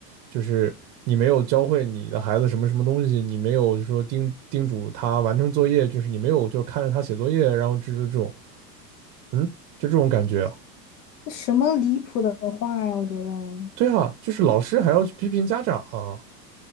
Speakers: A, on the right; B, on the left.
A: 就是你没有教会你的孩子什么什么东西，你没有说叮叮嘱他完成作业，就是你没有就是看着他写作业，然后就是这种，嗯，就这种感觉啊
B: 什么离谱的话呀？我觉得。
A: 对啊，就是老师还要去批评家长啊，